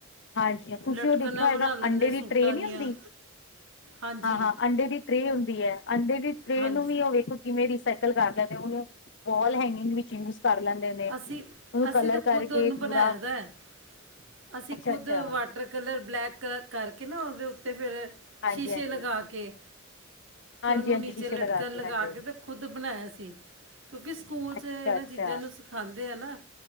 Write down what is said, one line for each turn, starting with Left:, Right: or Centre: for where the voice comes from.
Left: ਹਾਂਜੀ, ਤੁਸੀਂ
Right: ਲਟਕਣਾ
Left: ਉਹ ਦੇਖਿਆ ਹੋਏਗਾ
Right: ਬਣਾ ਲੈਂਦੇ
Left: ਅੰਡੇ
Right: ਸੂਟਾਂ
Left: ਦੀ ਟਰੇਅ ਨੀ
Right: ਦੀਆਂ
Left: ਹੁੰਦੀ।
Right: ਹਾਂਜੀ
Left: ਹਾਂ-ਹਾਂ, ਅੰਡੇ ਦੀ ਟਰੇਅ ਹੁੰਦੀ ਆ ਅੰਡੇ ਦੀ ਟਰੇਅ
Right: ਹਾਂਜੀ
Left: ਨੂੰ ਵੀ ਉਹ ਵੇਖੋ ਕਿਵੇਂ ਰੀਸਾਈਕਲ ਕਰ ਲੈਂਦੇ ਉਹਨੂੰ ਵਾਲ ਹੈਂਗਿੰਗ ਵੀ ਕਿਵੇਂ ਕਰ ਲੈਂਦੇ ਨੇ
Right: ਅਸੀਂ
Left: ਉਹਨੂੰ
Right: ਅਸੀਂ
Left: ਕਲਰ
Right: ਤਾਂ
Left: ਕਰਕੇ
Right: ਖੁਦ ਉਹਨੂੰ ਬਣਾਇਆ
Left: ਪੂਰਾ।
Right: ਦਾ ਹੈ। ਅਸੀਂ
Left: ਅੱਛਾ-ਅੱਛਾ
Right: ਖੁਦ ਵਾਟਰ ਕਲਰ ਬਲੈਕ ਕ ਕਰਕੇ ਨਾ ਉਹਦੇ ਉੱਤੇ ਫੇਰ
Left: ਹਾਂਜੀ-ਹਾਂਜੀ,
Right: ਸ਼ੀਸ਼ੇ ਲਗਾ ਕੇ।
Left: ਹਾਂਜੀ-ਹਾਂਜੀ
Right: ਤੇ ਉਹਨੂੰ ਨੀਚੇ
Left: ਸ਼ੀਸ਼ੇ
Right: ਲਟਕਣ ਲਗਾ
Left: ਹਾਂਜੀ
Right: ਕੇ ਤੇ ਖੁਦ ਬਣਾਇਆ ਸੀ। ਕਿਉਂਕਿ ਸਕੂਲ ਚ
Left: ਅੱਛਾ-ਅੱਛਾ,
Right: ਇਹਨਾਂ ਚੀਜ਼ਾਂ ਨੂੰ ਸਿਖਾਂਦੇ ਆ ਨਾ।